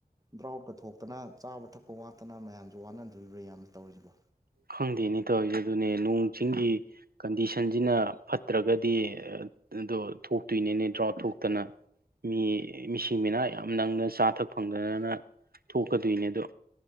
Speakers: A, on the right; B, on the right.
A: ꯗ꯭ꯔꯥꯎꯠꯀ ꯊꯣꯛꯇꯅ ꯆꯥꯕ ꯊꯛꯄ ꯋꯥꯠꯇꯅ ꯃꯌꯥꯝꯖꯨ ꯋꯥꯅꯗꯣꯔꯤꯕ꯭ꯔꯥ ꯌꯥꯝꯅ ꯇꯧꯔꯤꯖꯤꯕꯨ
B: ꯈꯪꯗꯦꯅꯦ ꯇꯧꯔꯤꯖꯦ ꯑꯗꯨꯅꯦ ꯅꯣꯡ ꯆꯤꯡꯒꯤ ꯀꯟꯗꯤꯁꯟꯁꯤꯅ ꯐꯠꯇꯔꯒꯗꯤ ꯑꯗꯣ ꯊꯣꯛꯇꯣꯏꯅꯤꯅꯦ ꯗ꯭ꯔꯥꯎꯠ ꯊꯣꯛꯇꯅ ꯃꯤ ꯃꯤꯁꯤ ꯃꯤꯅ ꯌꯥꯝ ꯅꯪꯅ ꯆꯥ ꯊꯛ ꯐꯪꯗꯗꯅ ꯊꯣꯛꯀꯗꯣꯏꯅꯦ ꯑꯗꯣ